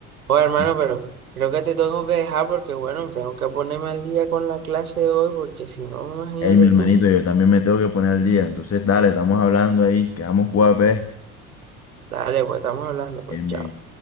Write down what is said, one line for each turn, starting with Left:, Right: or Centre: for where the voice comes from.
Right: Joder,
Left: Sí.
Right: hermano, pero creo que te tengo que dejar porque, bueno, tengo que ponerme al día con la clase de hoy porque si no, imagínate
Left: Ey, mi hermanito,
Right: tú.
Left: yo también me tengo que poner al día. Entonces, dale, estamos hablando ahí, quedamos cuapes.
Right: Dale, pues estamos hablando, pues
Left: Bien,
Right: chao.
Left: bien.